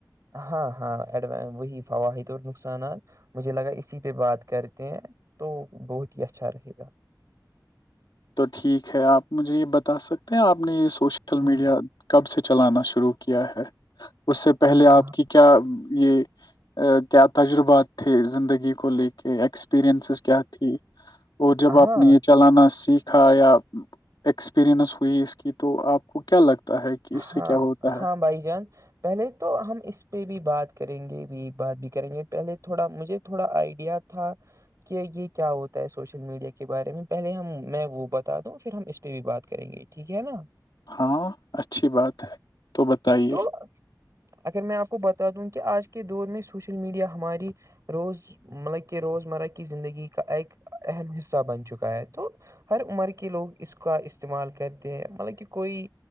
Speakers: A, on the right; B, on the left.
A: ہاں ہاںڈو وہی فوحد اور نقصانات مجھے لگا اسی پہ بات کرتے ہیں تو بہت ہی اچھا رہے گا
B: تو ٹھیک ہے آپ مجھے یہ بتا سکتے ہیں آپ نے یہ سوشل
A: ہاں
B: میڈیا کب سے چلانا شروع کیا ہے اس سے
A: ہم،
B: پہلے آپ کی کیا یہ کیا تجربات تھے زندگی کو لے کے ایکس اپرینسز کیا تھی اور جب آپ
A: ہاں
B: نے یہ چلانا سیکھ تھا یا ایکسپیرئنس ہوئی اس کی تو آپ کو کیا لگتا ہے کہ اس
A: ہاں
B: سے کیا ہوتا ہے
A: ہاں بھائی جان پہلے تو ہم اس پہ بھی بات کریں گے بھی بات بھی کریں گے پہلے تھوڑا مجھے تھوڑا آئیڈیا تھا کہ یہ کیا ہوتا ہے سوشل میڈیا کے بارے میں پہلے ہم میں وہ بتا دوں پھر ہم اس پہ بھی بات کریں گے ٹھیک ہے نا
B: ہاں اچھی بات ہے تو بتائیے
A: تو اگر میں آپ کو بتا دوں کہ آج کے دور میں سوشل میڈیا ہماری روز مطلب کہ روزمرہ کی زندگی کا ایک اہم حصہ بن چکا ہے تو ہر عمر کے لوگ اس کا استعمال کرتے ہیں مطلب کہ کوئی